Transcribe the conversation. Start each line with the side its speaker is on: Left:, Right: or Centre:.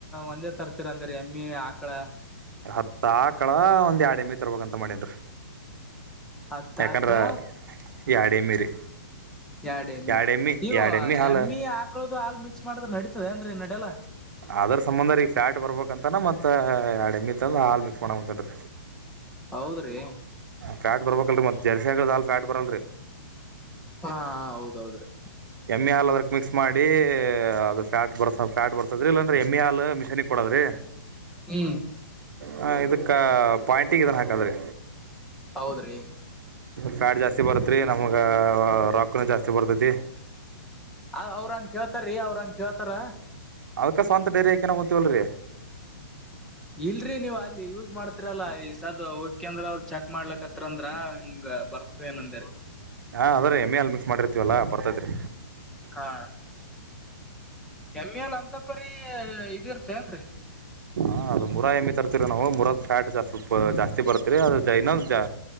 Centre: ಅಂದೆ ತರ್ತಿರ ಅಂದ್ರ ಎಮ್ಮಿ ಆಕಳ
Right: ಹತ್ತ ಆಕಳ ಒಂದ್ ಎರಡ ಎಮ್ಮಿ ತರ್ಬೇಕ ಅಂತ ಮಾಡೇನ್ರಿ
Centre: ಅತ್ತ
Right: ಯಾಕಂದ್ರ
Centre: ಆಕಳ
Right: ಎರಡ್ ಎಮ್ಮಿ ರೀ
Centre: ಎಡ ಎಮ್ಮಿ
Right: ಎರಡ್
Centre: ಇವ
Right: ಎರಡ್ ಹಾಲ್
Centre: ಎಮ್ಮಿ ಆ ಕ್ಕಳದ ಹಾಲ ಮಿಕ್ಸ್ ಮಾಡ್ರ ನಡೀತದ ಏನ್ರಿ ನಡೆಲ್ಲ.
Right: ಅದ್ರ ಸಂಬಂಧರೀಗ ಫ್ಯಾಟ್ ಬರ್ಬೇಕ ಅಂತನ ಮತ್ತ ಯಡ ಎಮ್ಮಿ ತಂದ ಹಾಲ್ ಮಿಕ್ಸ್ ಮಾಡತಾನ್ರಿ.
Centre: ಹೌದ್ರೀ.
Right: ಫ್ಯಾಟ್ ಬರ್ಬೇಕಲ್ರ ಮತ್ ಜರ್ಸಿಗಳದ ಫ್ಯಾಟ್ ಬರಲ್ರಿ.
Centre: ಹಾ ಹೌದ ಹೌದ್ರೀ.
Right: ಎಮ್ಮಿ ಹಾಲ ಅದ್ಕ ಮಿಕ್ಸ್ ಮಾಡಿ ಅದ ಫ್ಯಾಟ್ ಬರ ಫ್ಯಾಟ್ ದ್ರಲ್ಲ ಅಂದ್ರೆ ಎಮ್ಮಿ ಹಾಲ ಆಲ್ ಮಿಷನಿಗ ಕೊಡೋದ್ರೀ.
Centre: ಹ್ಮ್
Right: ಹಾ ಇದಕ್ಕ ಪಾಯಿಂಟಿಗ ಇದನ್ನ ಹಾಕದ್ರಿ.
Centre: ಹೌದ್ರಿ
Right: ಫ್ಯಾಟ್ ಜಾಸ್ತಿ ಬರತ್ರಿ ನಮ್ಗ ರೊಕ್ಕನು ಜಾಸ್ತಿ ಬರ್ತತಿ.
Centre: ಅ ಅವ್ರಂಗ ಕೇಳ್ತಾರೀ ಅವ್ರಂಗ ಕೇಳ್ತಾರ.
Right: ಅದಕ್ಕ ಸ್ವಂತ ಡರಿಯಾಕನ ವಲ್ರಿ
Centre: ಇಲ್ರಿ ನೀವ್ ಅಲ್ಲಿ ಯೂಸ್ ಮಾಡ್ತಿರಲ್ಲ ಈ ಸದ್ದ ಓಕೆ ಅಂದ್ರ ಅವರ ಚೆಕ್ ಮಾಡ್ಲಕತ್ರ ಅಂದ್ರ ಹಂಗ ಬರ್ತನ ಅಂದರಿ.
Right: ಹಾಂ ಅದರೀ ಎಮೆ ಅಲ್ಲಿ ಮಿಕ್ಸ್ ಮಾಡಿರ್ತೀವಲ್ಲ ಬರ್ತೈತ್ರಿ.
Centre: ಹಾ ಎಮ್ಮಿ ಹಾಲ ಅಂತ ಪರಿ ಇದ ಇರ್ತ ಅನ್ರಿ.
Right: ಹಾಂ ಅದು ಮುರ ಏಮಿ ತರ್ತಿರಿ ನಾವ ಮುರದ ಫ್ಯಾಟ್ ಜಾಸ್ ಜಾಸ್ತಿ ಬರ್ತೀರಿ ಅದ ಇನ್ನಾದ